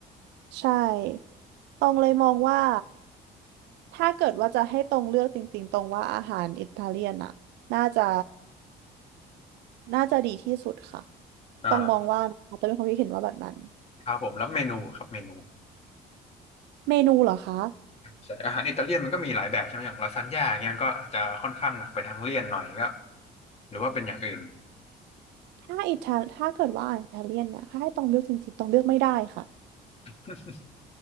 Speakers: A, on the right; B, on the left.
A: ใช่ ตรงเลยมองว่าถ้าเกิดว่าจะให้ตรงเลือกจริงๆตรงว่าอาหารอิตาเลียนอะน่าจะน่าจะดีที่สุดค่ะ
B: อ่า
A: ตรงมองว่านะคะตองมีความคิดเห็นว่าแบบนั้น
B: ครับผมแล้วเมนูครับเมนู
A: เมนูเหรอคะ
B: ใช่อาหารอิตาเลียนมันก็มีหลายแบบใช่ไหมอย่างลาซานญ่าอย่างเงี้ยมันก็อาจจะค่อนข้างหนักไปทางเลี่ยนหน่อยก็หรือว่าเป็นอย่างอื่น
A: ถ้าอิตาถ้าเกิดว่าอาหารอิตาเลียนเนี่ยถ้าให้ตรงเลือกจริงๆตรงเลือกไม่ได้ค่ะ
B: <laughs>